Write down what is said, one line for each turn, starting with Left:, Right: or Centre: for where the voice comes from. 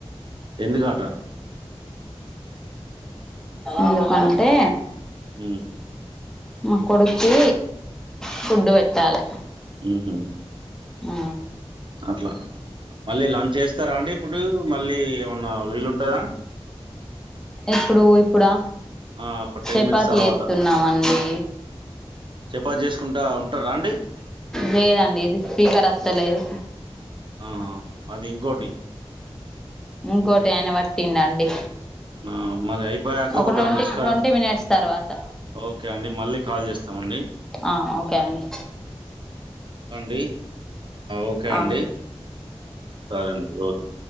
Right: ఎందు కాట
Centre: ఎందుకంటే
Right: హ
Centre: మా కొడుకి ఫుడ్ పెట్టాలి
Right: ఆహా
Centre: ఆ
Right: అట్లా మళ్ళీ లంచ్ చేస్తారా అండి ఇప్పుడు మళ్ళీ ఏమన్నా వీలుంటందా
Centre: ఎప్పుడు ఇప్పుడా
Right: ఆ ఒక టెన్
Centre: చపాతి
Right: మినిట్స్ తర్వాత
Centre: ఎతున్నామండి
Right: చెపా చేసుకుంటా ఉంటారా అండి
Centre: లేదండి ఇది స్పీకర్ వస్తలేదు
Right: ఆ అది ఇంకోకోటి
Centre: ఇంకోటి ఆయన పట్టిండండి
Right: ఆ మరి అయిపోయాక
Centre: ఒక twenty
Right: మరి miss call
Centre: twenty minutes తర్వాత
Right: ఓకే అండి మళ్ళీ కాల్ చేస్తామండి
Centre: ఆ ఓకే అండి
Right: అండి ఓకే
Centre: ఆ
Right: అండి సరే అండి ఓకే